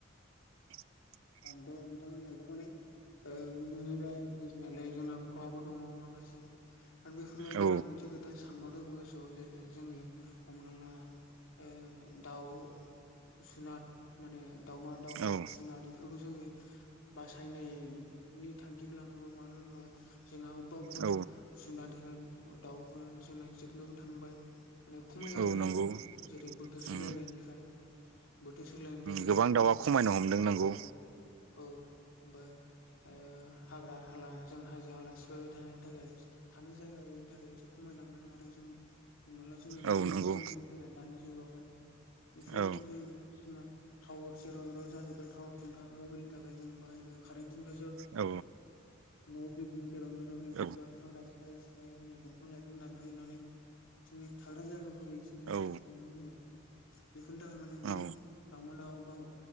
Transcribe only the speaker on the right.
<inaudible>
औ
ओ
औ
औ नंगौ
उम
गोबां दाउआ खमायनो हमदों
नांगौ।
औ
नंगौ
औ
औ
औ
औ
औ